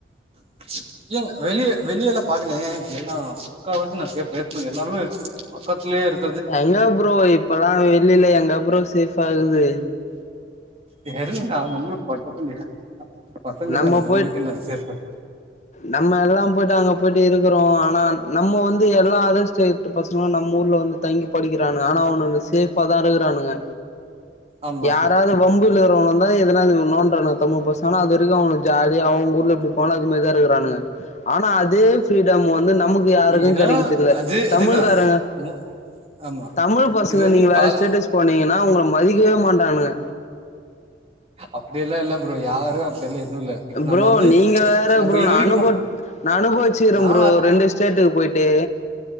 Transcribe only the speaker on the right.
<unintelligible> ஏங்க வெளிய வெளியெல்லா பாக்கலிங் எல்லா முக்கால் வாசி நா பேசேன் எல்லாருமே பக்கத் திலே இருக்
தெவுங்க அதுக்கென்ன பொட்ட புள்ளயா பசங்க
தான நம்மளுக்கு
என்ன சேஃப்பு
ஆமா
ஏன்னா
அது
அதுதான்
மு ஆமா
இது வந்து
கால
அப்டியெல்லா இல்ல ப்ரோ யாரு அப்டியெல்லா எதுவு இல்ல இப்ப நம்ம
வந்து
நம்ம
இது
வரைக்கு
போ
நா